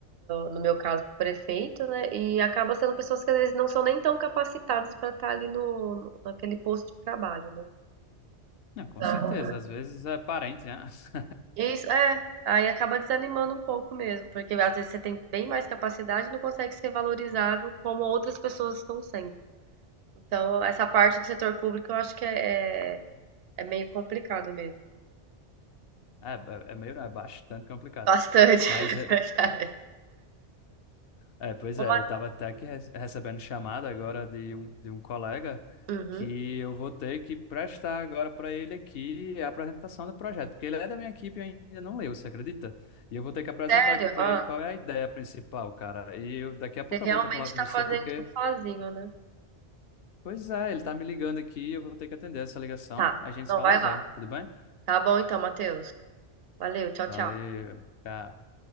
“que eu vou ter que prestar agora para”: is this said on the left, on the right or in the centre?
Left